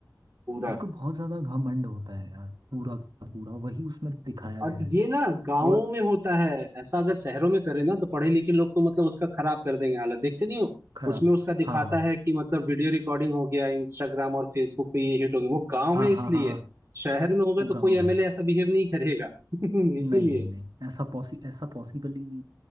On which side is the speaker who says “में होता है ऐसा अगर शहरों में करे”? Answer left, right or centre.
Right